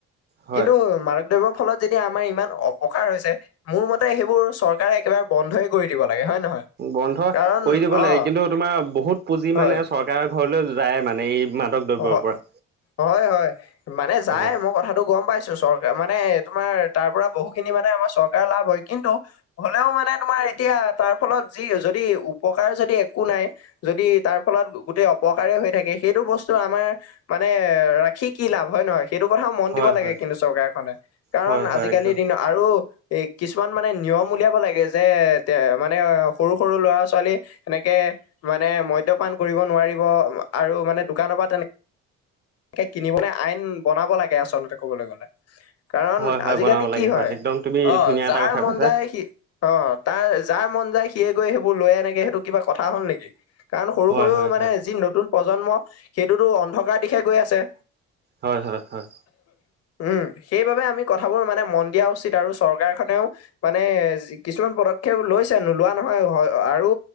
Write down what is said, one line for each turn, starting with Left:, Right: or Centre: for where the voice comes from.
Right: হয়
Left: কিন্তু মা- দ্ৰব্যৰ ফলত যেতিয়া আমাৰ ইমান অপকাৰ হৈছে মোৰ মতে সেইবোৰ চৰকাৰে একেবাৰে বন্ধই কৰি দিব। লাগে হয় নহয়
Right: বন্ধ
Left: কাৰণ
Right: কৰি দিব লাগে।
Left: অ
Right: কিন্তু তোমাৰ বহুত পুঁজি
Left: হয়
Right: মানে চৰকাৰ- ঘৰলেও যায় মানে এই মাদক দ্ৰব্যৰ
Left: হয়
Right: পৰা-
Left: হয় হয় মানে যায়
Right: হয়
Left: মই কথাটো গম পাইছোঁ চৰকাৰ মানে তোমাৰ- তাৰ পৰা বহুখিনি মানে আমাৰ চৰকাৰ লাভ হয়। কিন্তু হ'লেও মানে তোমাৰ এতিয়া তাৰ ফলত- যি য যদি উপকাৰ যদি একো নাই যদি তাৰ ফলত গোটেই অপকাৰে হৈ থাকে সেইটো বস্তু- আমাৰ মানে ৰাখি কি লাভ হয় নহয়। সেইটো কথাও মন
Right: হয়
Left: দিব লাগে
Right: হয়
Left: কিন্তু চৰকাৰখনে। কাৰণ
Right: হয় হয়
Left: আজিকালিৰ
Right: একদম
Left: দিনত আৰু- এই কিছুমান মানে নিয়ম উলিয়াব লাগে যে তে মানে সৰু সৰু ল'ৰা ছোৱালী এনেকে- মানে মদ্যপান কৰিব নোৱাৰিব আৰু মানে দোকানৰ পা তেনেকে কিনিবলে আইন বনাব লাগে আচলতে ক'বলে গ'লে- কাৰণ
Right: হয় হয়
Left: আজিকালি
Right: বনাব লাগে
Left: কি হয়
Right: একদম তুমি
Left: অ
Right: ধুনীয়া
Left: যাৰ
Right: এটা কথা
Left: মন
Right: কৈছা
Left: যায় সি অ তাৰ যাৰ। মন যায় সিয়ে গৈ সেইবোৰ লৈ আনেগে সেইটো কিবা কথা হ'ল নেকি- কাৰণ সৰু
Right: হয়
Left: সৰু
Right: হয়
Left: মানে
Right: হয়
Left: যি নতুন প্ৰজন্ম সেইটোতো অন্ধকাৰ দিশে গৈ আছে।
Right: হয় হয় হয়।
Left: উম সেইবাবে আমি কথাবোৰ মানে মন দিয়া উচিত আৰু চৰকাৰখনেও মানে কিছুমান পদক্ষেপ লৈছে নোলোৱা নহয় আৰু